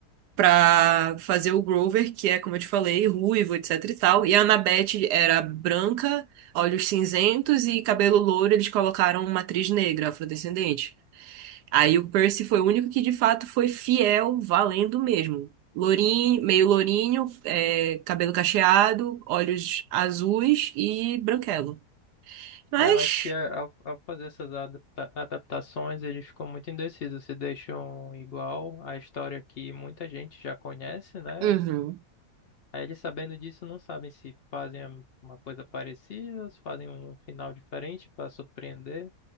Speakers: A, on the right; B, on the left.
A: pra fazer o Grover, que é, como eu te falei, ruivo, etc e tal. E a Annabeth era branca, olhos cinzentos e cabelo louro, eles colocaram uma atriz negra, afrodescendente. Aí o Percy foi o único que de fato foi fiel, valendo mesmo. Lourinho, meio lourinho, é, cabelo cacheado, olhos azuis e branquelo. Mas,
B: É, Eu acho que a- ao, ao fazer essas adapta- adaptações, eles ficam muito indecisos, se deixam igual a história que muita gente já conhece, né?
A: uhum,
B: Aí eles sabendo disso não sabem se fazem a- uma coisa parecida, se fazem um final diferente para surpreender.